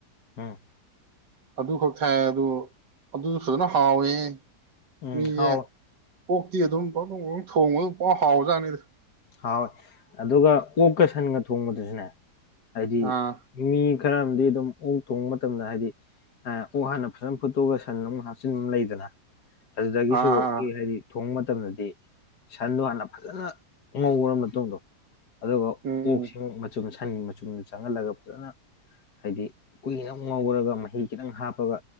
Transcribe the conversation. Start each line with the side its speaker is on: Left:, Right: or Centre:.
Left: ꯎꯝ
Right: ꯑꯗꯨ ꯈꯛ ꯊꯥꯛ ꯑꯦ ꯑꯗꯨ ꯑꯗꯨꯖꯨ ꯐꯖꯅ ꯍꯥꯎꯋꯦꯍꯦ
Left: ꯎꯝ
Right: ꯃꯤꯖꯦ
Left: ꯍꯥꯎꯋꯦ
Right: ꯑꯣꯛꯇꯤ ꯑꯗꯨꯝ ꯄꯪꯊꯣꯡ ꯄꯪꯊꯣꯡ ꯊꯣꯡꯉꯒ ꯄꯪꯍꯥꯎ ꯍꯥꯎꯔꯖꯥꯠꯅꯤꯗ
Left: ꯍꯥꯎꯋꯦ ꯑꯗꯨꯒ ꯑꯣꯞꯀ ꯁꯟꯒ ꯊꯣꯡꯕꯗꯖꯨꯅꯦ ꯍꯥꯏꯗꯤ
Right: ꯑꯥ
Left: ꯃꯤ ꯈꯔ ꯑꯝꯗꯤ ꯑꯗꯨꯝ ꯑꯣꯛ ꯊꯣꯡꯕ ꯃꯇꯝꯗ ꯍꯥꯏꯗꯤ ꯑ ꯑꯣꯛ ꯍꯥꯟꯅ ꯐꯖꯅ ꯐꯨꯠꯇꯣꯛꯑꯒꯥꯥ ꯁꯟ ꯑꯃ ꯍꯥꯞꯆꯤꯟꯕ ꯂꯩꯗꯅ ꯑꯗꯨꯗꯒꯤꯁꯨ
Right: ꯑꯥ ꯑꯥ
Left: ꯀꯦ
Right: ꯑꯥ
Left: ꯍꯥꯏꯗꯤ ꯊꯣꯡꯕ ꯃꯇꯝꯗꯗꯤ ꯁꯟꯗꯣ ꯍꯥꯟꯅ ꯐꯖꯅ ꯉꯧꯔ ꯃꯇꯨꯡꯗꯣ ꯑꯗꯨꯒ
Right: ꯎꯝ
Left: ꯑꯣꯛꯁꯤ
Right: ꯎꯝ
Left: ꯃꯆꯨ ꯃꯁꯥꯏ ꯃꯆꯨꯝꯗꯨ ꯆꯪꯍꯜꯂꯒ ꯐꯖꯅ ꯍꯥꯏꯗꯤ ꯀꯨꯏꯅ ꯑꯃꯨꯛ ꯉꯧꯔꯒ ꯃꯍꯤ ꯈꯤꯇꯪ ꯍꯥꯞꯄꯒ